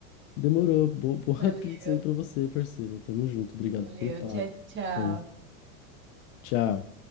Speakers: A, on the left (about 45°); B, on the right (about 25°).
A: Demorou. Bo- Boa
B: Valeu,
A: <laughs> pizza aí pra você, parceiro. Tamo junto. Obrigado
B: valeu.
A: pelo papo
B: Tchau, tchau.
A: aí. Tchau.